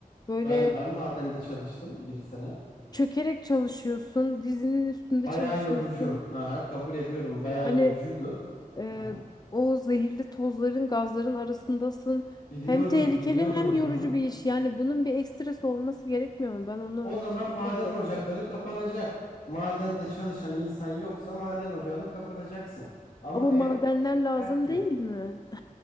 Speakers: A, on the left; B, on the left.
A: Böyle
B: Ben ben madende çalıştım bir sene.
A: çökerek çalışıyorsun, dizinin üstünde
B: Bayağı
A: çalışıyorsun.
B: yorucu. Hı hı, kabul ediyorum. Bayağı
A: Hani
B: yorucuydu.
A: e,
B: Hı hı.
A: o zehirli tozların, gazların arasındasın.
B: Biliyorum,
A: Hem tehlikeli
B: biliyorum.
A: hem yorucu
B: Hı hı.
A: bir iş. Yani bunun bir ekstrası olması gerekmiyor mu? Ben onu
B: O zaman
A: çekmedim.
B: maden ocakları kapanacak. Madende çalışan insan yoksa maden ocağını kapatacaksın. Ama
A: Ama
B: eğer
A: madenler lazım
B: eğer ki
A: değil mi? <laughs>